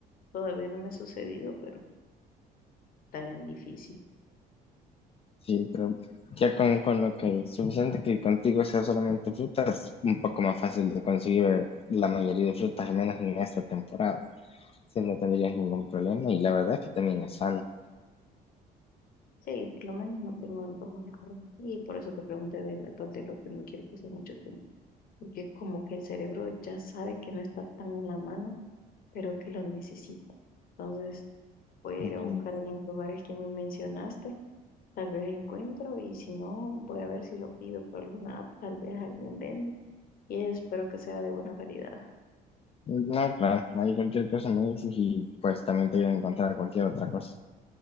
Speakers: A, on the left (about 60°); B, on the left (about 35°).
A: Todavía no me ha sucedido, pero está bien difícil.
B: Sí, pero ya con, con lo que es suficiente que contigo sea solamente frutas, un poco más fácil de conseguir la mayoría de frutas, al menos en esta temporada. Si no tendrías ningún problema y la verdad es que también es sano.
A: Sí, por lo menos no tengo antojos raros. Y por eso te pregunté del atol de lote, no quiero pasar mucho tiempo. Porque como que el cerebro ya sabe que no está tan a la mano, pero que lo necesita. Entonces voy
B: Ujú.
A: a ir a buscar en los lugares que me mencionaste. Tal vez encuentro y si no, voy a ver si lo pido por alguna app. Tal vez alguien vende. Y espero que sea de buena calidad.
B: No, claro, hay cualquier cosa me dices y pues también te voy a encontrar cualquier otra cosa.